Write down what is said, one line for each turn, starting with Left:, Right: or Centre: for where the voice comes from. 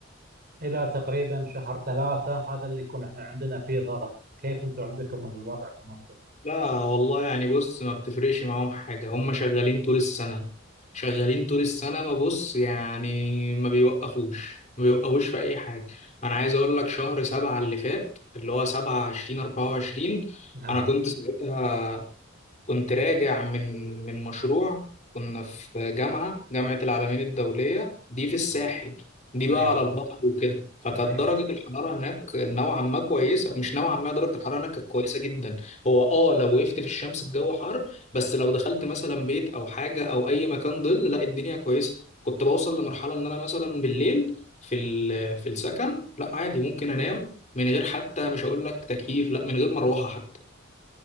Right: إلى تقريبا شهر ثلاثة هذا اللي يكون احنا عندنا فيه ضغط كيف أنتم عندكم الوضع في مصر؟
Left: لا والله يعني بص ما بتفرقش معاهم حاجه هم شغالين طول السنه شغالين طول السنه ما بص يعني ما بيوقفوش ما بيوقفوش في اي حاجه انا عايز اقول لك شهر سبعة اللي فات اللي هو سبعة عشرين اربعة وعشرين
Right: نعم
Left: انا كنت ساعتها كنت راجع من من مشروع كنا في جامعة جامعة العالمين الدولية دي في الساحل
Right: نعم.
Left: دي بقى
Right: أيوه
Left: على اه البحر وكده فكانت
Right: أيوه
Left: درجة الحرارة هناك نوعا ما كويسة مش نوعا ما درجة الحرارة هناك كانت كويسة جدا هو اه لو وقفت في الشمس الجو حر بس لو دخلت مثلا بيت أو حاجة أو أي مكان ظل لا الدنيا كويسة كنت بوصل لمرحلة إن أنا مثلا بالليل في ال- في السكن لا عادي ممكن أنام من غير حتى مش هقول لك تكييف لا من غير مروحة حتى